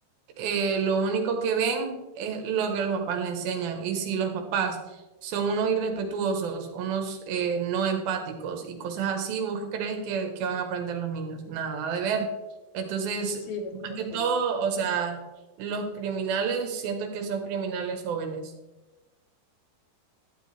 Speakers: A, on the right; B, on the left.
A: eh, lo único que ven es lo que los papás le enseñan. Y si los papás son unos irrespetuosos, unos eh, no empáticos y cosas así, ¿vos qué crees que, que van a aprender los niños? Nada de ver. Entonces,
B: Sí, es
A: más
B: cierto.
A: que todo, o sea, los criminales siento que son criminales jóvenes,